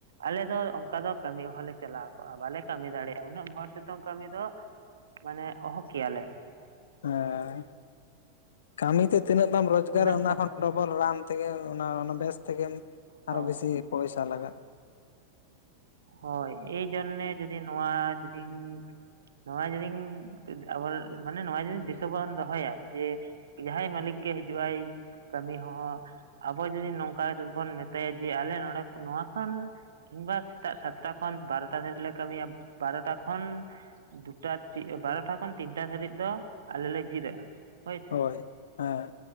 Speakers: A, on the right; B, on the left.
A: ᱟᱞᱮ ᱫᱚ ᱚᱱᱠᱟ ᱫᱚ ᱠᱟᱹᱢᱤ ᱦᱚᱲᱚᱨ ᱦᱮᱸ ᱡᱷᱤ ᱟᱞᱮ ᱫᱚ ᱚᱱᱠᱟᱱ ᱫᱚ ᱠᱟ. ᱡᱤ ᱦᱚᱞᱮ ᱪᱟᱞᱟᱣ ᱠᱚᱜᱼᱟ ᱵᱟᱞᱮ ᱠᱟᱹᱢᱤ ᱫᱟᱲᱮᱭᱟᱜᱼᱟ ᱩᱱᱟᱹᱜ ᱵᱚᱨ ᱥᱤᱛᱩᱝ ᱠᱟᱹᱢᱤ ᱫᱚ ᱾ ᱢᱟᱱᱮ ᱚᱦᱚ ᱠᱮᱭᱟ ᱞᱮ ᱾
B: ᱦᱮᱸ ᱠᱟᱹᱢᱤ ᱛᱮ ᱛᱤᱱᱟᱹᱜ ᱵᱟᱢ ᱨᱚᱡᱽᱜᱟᱨᱟ
A: ᱩᱱᱟᱹᱜ
B: ᱚᱱᱟ
A: ᱵᱷᱚ
B: ᱠᱷᱚᱱ ᱰᱚᱵᱚᱞ ᱨᱟᱱ ᱛᱮᱜᱮ ᱚᱱᱟ ᱛᱮᱜᱮ
A: ᱦᱳᱭ
B: ᱟᱨᱚ ᱵᱮᱥᱤ ᱯᱚᱭᱥᱟ ᱞᱟᱜᱟᱜ ᱾
A: ᱦᱳᱭ ᱮᱭᱡᱚᱱᱱᱮ ᱡᱩᱫᱤ ᱱᱚᱣᱟ ᱡᱩᱫᱤ ᱱᱚᱣᱟ ᱡᱩᱫᱤ ᱟᱵᱟᱨ ᱢᱟᱱᱮ ᱱᱚᱣᱟ ᱡᱩᱫᱤ ᱫᱤᱥᱟᱹ ᱵᱚᱱ ᱫᱚᱦᱚᱭᱟ ᱡᱮ ᱡᱟᱦᱟᱸᱭ ᱢᱟᱞᱤᱠ ᱜᱮ ᱦᱤᱡᱩᱜᱼ ᱟᱭ ᱾ ᱠᱟᱹᱢᱤ ᱦᱚᱸᱦᱚᱸ ᱟᱵᱚ ᱡᱩᱫᱤ ᱱᱚᱝᱠᱟ ᱵᱚᱱ ᱢᱮᱛᱟᱭᱟ ᱡᱮ ᱟᱞᱮ ᱱᱚᱰᱮ ᱱᱚᱣᱟ ᱠᱷᱚᱱ ᱾ ᱠᱤᱝᱵᱟ ᱥᱮᱛᱟᱜ ᱥᱟᱛᱴᱟ ᱠᱷᱚᱱ ᱵᱟᱨᱚᱴᱟ ᱫᱷᱵᱤᱡ ᱞᱮ ᱠᱟᱹᱢᱤᱭᱟ ᱵᱟᱨᱚᱴᱟ ᱠᱷᱚᱱ ᱫᱩᱴᱟ ᱵᱟᱨᱚᱴᱟ ᱠᱷᱚᱱ ᱛᱤᱱᱴᱟ ᱫᱷᱟᱹᱨᱤᱡ ᱫᱚ ᱟᱞᱮ ᱞᱮ ᱡᱤᱨᱟᱹᱜᱼᱟ ᱾ ᱦᱚᱭ ᱥᱮ
B: ᱦᱳᱭ ᱦᱮᱸ